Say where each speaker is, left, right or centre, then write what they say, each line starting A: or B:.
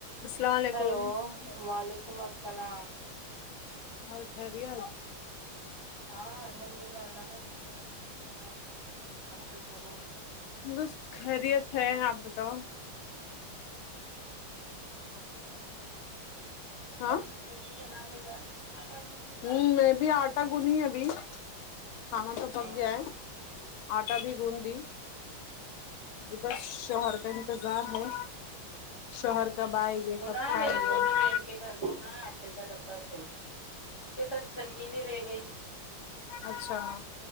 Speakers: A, on the left; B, on the left.
A: السلام علیکم
B: ہیلو وعلیکم السلام سلام
A: اور خیریت
B: ہاں الحمد للہ اللہ کا شکر ہے <inaudible> اللہ کا شکر ہے
A: بس خیریت ہے آپ بتاؤ
B: <inaudible>
A: ہاں
B: بند گوبی بنانے جا رہے آٹا گوندنے جا
A: ہوں
B: رہے
A: میں بھی آٹا گنی ابھی کھانا تو پک
B: ہاں
A: گیا ہے آٹا بھی گوند دی ج بس شوہر کا انتظار ہے شوہر کب آے یے
B: وہ
A: کب
B: نا
A: کھائے
B: میری
A: لیے
B: چھوٹی
A: <inaudible>
B: بہن کے گھر میں نا آٹے کا ڈبہ چھوڑا اس کے ساتھ چھنی بھی رہ گئی
A: اچھا